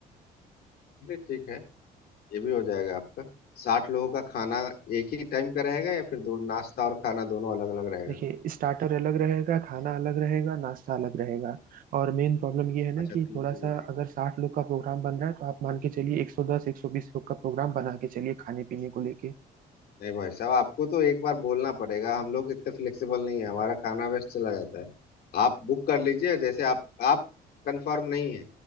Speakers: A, on the left; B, on the right.
A: ठीक है ठीक है ये भी हो जाएगा आपका साठ लोगों का खाना एक ही टाइम का रहेगा या फिर दो नाश्ता और खाना दोनों अलग अलग रहेगा
B: देखिए स्टार्टर अलग रहेगा खाना अलग रहेगा नाश्ता अलग रहेगा और मेन प्रॉब्लम ये है ना
A: अच्छा
B: कि
A: तीन
B: थोड़ा
A: चीजें
B: सा
A: रहेगा
B: अगर साठ लोग का प्रोग्राम बन रहा है तो आप मान के चलिए एक सौ दस एक सौ बीस लोग का प्रोग्राम बना के चलिए खाने पीने को लेके
A: नहीं भाई साहब आपको तो एक बार बोलना पड़ेगा हम लोग इतने फ्लेक्सिबल नहीं है हमारा खाना वेस्ट चला जाता है आप बुक कर लीजिए जैसे आप आप कंफर्म नहीं है